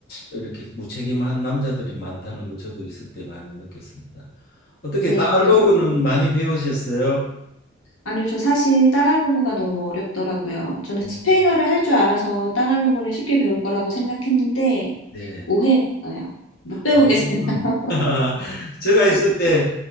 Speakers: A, on the left (about 50°); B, on the left (about 80°).
A: 이렇게 무책임한 남자들이 많다는 거 저도 있을 때 많이 느꼈습니다. 어떻게
B: 네,
A: 따갈로그는
B: 그래서 여성분들.
A: 많이 배우셨어요?
B: 아니요, 저 사실 따갈로그가 너무 어렵더라고요. 저는
A: 어,
B: 스페인어를 할 줄 알아서 따갈로그를 쉽게 배울 거라고 생각했는데
A: 네.
B: 오해였어요. 못 배우겠어요.
A: 아. <laughs>
B: <laughs>
A: 제가 있을 때